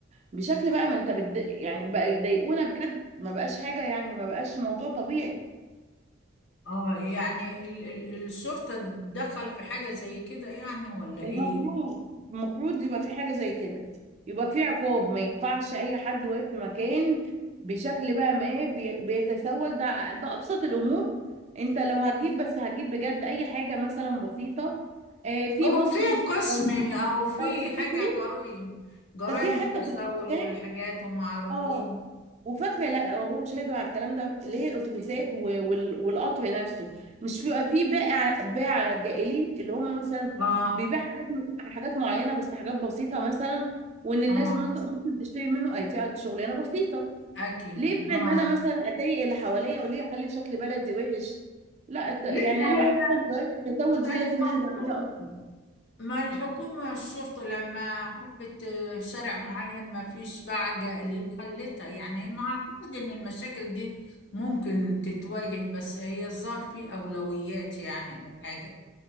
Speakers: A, on the right (about 35°); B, on the left (about 60°).
A: بشكل بقى ما انت بتد... يعني بقى يضايقونا بجد ما بقاش حاجة يعني ما بقاش موضوع طبيعي
B: اه يعني ال ال الشرطة تدخل في حاجة زي كده يعني ولا ايه؟
A: المفروض المفروض يبقى في حاجة زي كده يبقى في عقاب ما ينفعش أي حد واقف في مكان بشكل بقى ما إيه بي- بيتسول ده ده أبسط الأمور أنت لو هتجيب بس هتجيب بجد أي حاجة مثلا بسيطة آه في
B: هو
A: بصي
B: في قسم
A: لو
B: او في
A: لو تفتكري
B: حاجة جرائم جرائم
A: ده في حتى
B: التسول
A: في الابتدائي
B: والحاجات وما عارفين
A: اه وفاكره لا هو مش هيقدر على الكلام ده اللي هي الاتوبيسات و- وال- والقطر نفسه مش بيبقى فيه باع باع جائلين اللي هم مثلا
B: اه
A: بيبيع حاجات م- حاجات معينه بس حاجات بسيطه مثلا وان الناس
B: اه
A: مثلا ممكن تشتري منه ادي شغلانه بسيطه
B: اكيد
A: ليه بقى
B: اه
A: ان انا مثلا اضايق اللي حواليا وليه اخلي شكل بلدي وحش لا الت- يعني
B: لا هو
A: انا بحس ان ظاهرة التسول دي
B: طيب
A: لازم
B: ما
A: نقدر
B: هم
A: عليها اصلا
B: ما الحكومة الشرطة لما حبت شارع معين ما فيش بقى قائلين خلتها يعني ما اعتقد ان المشاكل دي ممكن تتواجه بس هي الظاهر في اولويات يعني او حاجة